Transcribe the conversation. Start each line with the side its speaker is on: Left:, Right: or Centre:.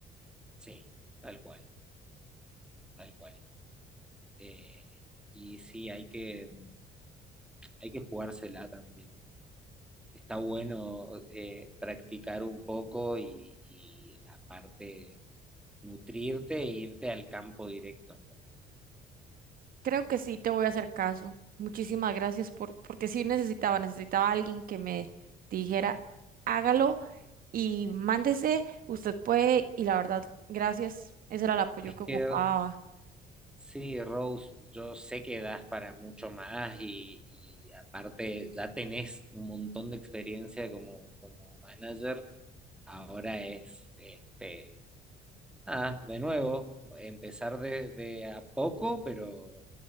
Centre: Sí, tal cual, tal cual. Eh, y sí, hay que, hay que jugársela también. Está bueno eh, practicar un poco y, y aparte nutrirte e irte al campo directo, ¿no?
Right: Creo que sí, te voy a hacer caso. Muchísimas gracias por, porque sí necesitaba, necesitaba a alguien que me dijera, hágalo y mándese, usted puede, y la verdad, gracias, ese era el apoyo
Centre: Es
Right: que
Centre: que
Right: ocupaba.
Centre: sí, Rose, yo sé que das para mucho más y, y aparte ya tenés un montón de experiencia como, como manager. Ahora es, este, ah, de nuevo, empezar de, de a poco, pero,